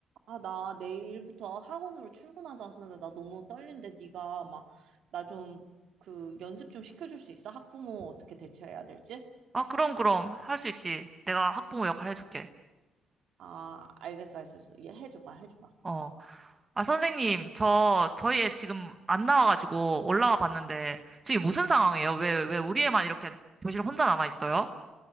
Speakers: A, on the right; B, on the right.
A: 아, 나 내일부터 학원으로 출근하잖아. 근데 나 너무 떨린데 네가 막 나 좀 그 연습 좀 시켜줄 수 있어? 학부모 어떻게 대처해야 될지?
B: 아, 그럼, 그럼. 할 수 있지. 내가 학부모 역할 해줄게.
A: 아, 알겠어, 알겠어. 얘 해줘봐, 해줘봐.
B: 어. 아, 선생님, 저, 저희 애 지금 안 나와가지고 올라와 봤는데, 지금 무슨 상황이에요? 왜, 왜 우리 애만 이렇게 교실 혼자 남아있어요?